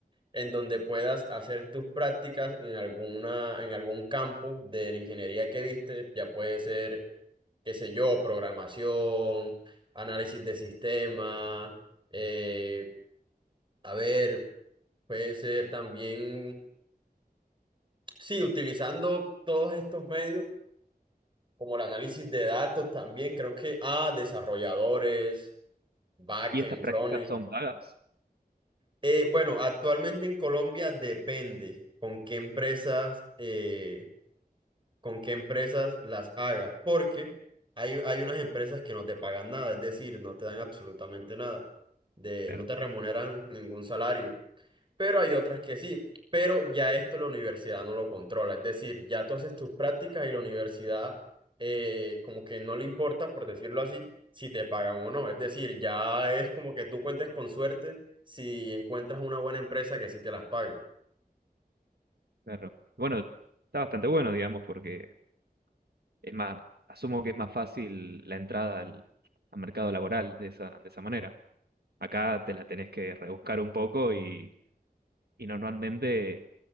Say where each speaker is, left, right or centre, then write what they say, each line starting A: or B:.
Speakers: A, on the right; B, on the right.
A: en donde puedas hacer tus prácticas en alguna, en algún campo de la ingeniería que viste, ya puede ser, qué sé yo, programación, análisis de sistemas, eh, a ver. Puede ser también Sí, utilizando todos estos medios, como el análisis de datos también, creo que a desarrolladores, backend,
B: ¿Y estas prácticas
A: frontend.
B: son pagas?
A: Eh, bueno, actualmente en Colombia depende con qué empresas, eh, con qué empresas las hagas, porque hay, hay unas empresas que no te pagan nada, es decir, no te dan absolutamente nada, de,
B: Claro,
A: no te remuneran ningún salario. pero hay otras que sí. Pero ya esto la universidad no lo controla. Es decir, ya tú haces tus prácticas y la universidad eh, como que no le importa, por decirlo así, si te pagan o no. Es decir, ya es como que tú cuentes con suerte si encuentras una buena empresa que sí te las pague.
B: claro. Bueno, está bastante bueno, digamos, porque es más, asumo que es más fácil la entrada al, al mercado laboral de esa, de esa manera. Acá te la tenés que rebuscar un poco y, y normalmente